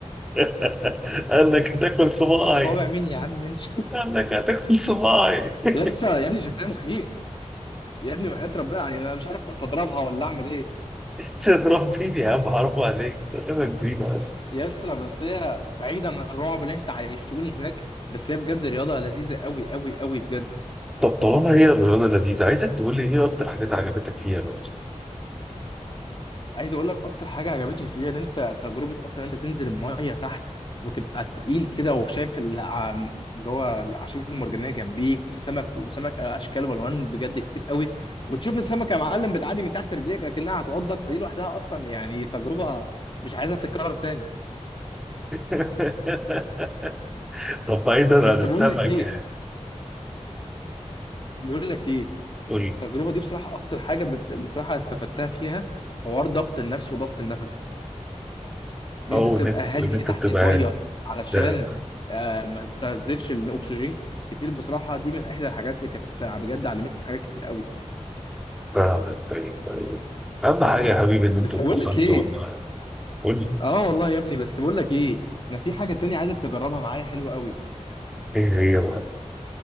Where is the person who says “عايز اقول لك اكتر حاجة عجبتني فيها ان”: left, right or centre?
Left